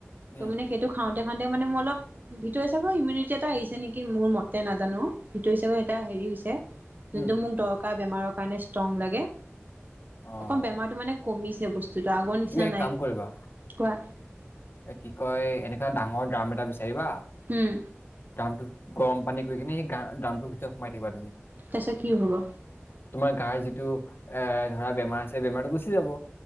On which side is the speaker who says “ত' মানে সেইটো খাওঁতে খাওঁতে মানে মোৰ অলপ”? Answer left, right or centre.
Right